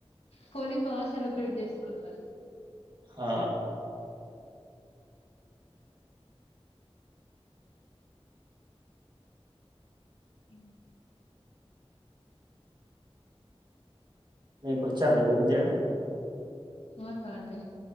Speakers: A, on the left; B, on the right.
A: హోలీ బాగా సెలబ్రేట్ చేసుకున్నారు
B: ఆ
A: ఉ
B: మీకు వచ్చాండి పప్పు చేయడం
A: ఆ కాండి